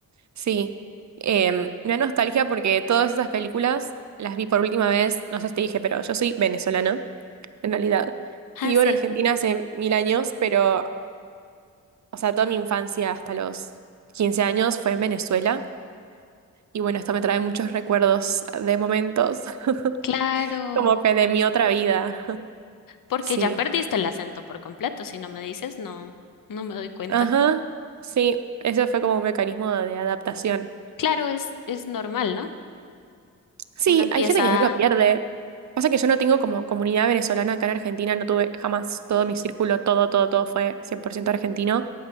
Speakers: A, on the right; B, on the left.
A: sí. Em, me da nostalgia porque todas esas películas las vi por última vez, no sé si te dije, pero yo soy venezolana, en realidad.
B: Ah,
A: Y vivo
B: sí,
A: en Argentina hace mil años, pero, o sea, toda mi infancia hasta los 15 años fue en Venezuela. Y bueno, esto me trae muchos recuerdos de momentos, <laughs>
B: claro,
A: como que de mi otra vida. <laughs>
B: porque
A: Sí.
B: ya perdiste el acento por completo, si no me dices, no, no me doy cuenta.
A: Ajá. Sí, eso fue como un mecanismo de adaptación.
B: Claro, es, es normal, ¿no?
A: Sí,
B: Uno empieza,
A: hay gente que no lo pierde. Pasa que yo no tengo como comunidad venezolana acá en Argentina, no tuve jamás todo mi círculo, todo, todo, todo fue 100% argentino,